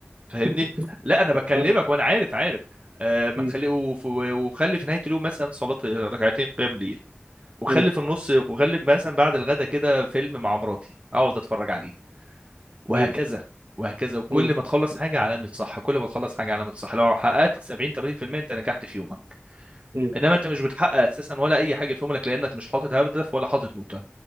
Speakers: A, on the right; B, on the right.
A: فاهمني
B: <laughs>
A: لا انا بكلمك
B: اه
A: وانا عارف عارف آه ما
B: مم.
A: تخلي وف- وخلي في نهايه اليوم مثلا صلاه ركعتين قيام ليل وخلي
B: مم.
A: في النص وخلي مثلا بعد الغدا كده فيلم مع مراتي اقعد اتفرج عليه وهكذا
B: ايوه
A: وهكذا وكل
B: مم.
A: ما تخلص حاجه علامه صح كل ما تخلص حاجه علامه صح لو حققت 70 80% انت نجحت في يومك
B: مم.
A: انما انت مش بتحقق اساسا ولا اي حاجه في يومك لانك مش حاطط هدف ولا حاطط نوته